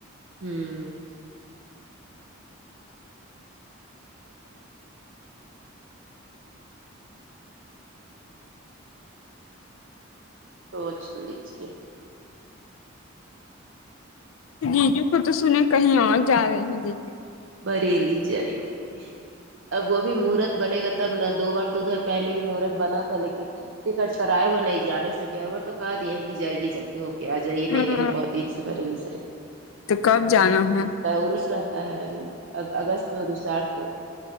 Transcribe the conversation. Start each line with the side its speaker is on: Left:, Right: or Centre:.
Right: ہوں توچ لیجیے
Left: جیجو کو تو سنے کہیں اج جا رہے ہیں جی
Right: بریلی جائیں گے اب وہ بھی مہورت بنے گا تب نہ دو بار تو ادھر پہلے بھی مہورت بنا تھا لیکن ٹکٹ کرائے ہوا نہیں جا نہیں سکے اگر تو کہہ دی ہیں کہ جائیے جا کے ہوکے آ جائیے
Left: جیجو
Right: نہیں گئے ہیں بہت دن سے بریلی صہر
Left: تو کب جانا ہے
Right: عرس رہتا ہے ابھی اگست میں عرس آٹھ کو